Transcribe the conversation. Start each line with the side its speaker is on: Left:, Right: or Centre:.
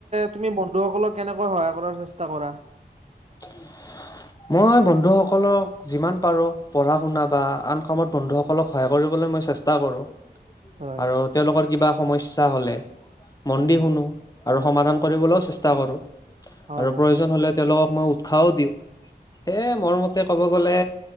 Right: তুমি বন্ধুসকলক কেনেকৈ সহায় কৰাৰ চেষ্টা কৰা
Left: <unintelligible> মই বন্ধুসকলক যিমান পাৰো পঢ়া শুনা বা আন কামত বন্ধুসকলক সহায় কৰিব। ই চেষ্টা কৰোঁ
Right: হয়
Left: আৰু তেওঁলোকৰ কিবা সমস্যা হলে মনদি
Right: উম
Left: শুনো। আৰু সমাধান কৰিবলৈও চেষ্টা কৰো আৰু
Right: হয় হয়
Left: প্ৰয়োজন
Right: হয়
Left: হলে তেওঁলোকক মই উৎসাহও দিওঁ। সে, মোৰ মতে ক'ব গ'লে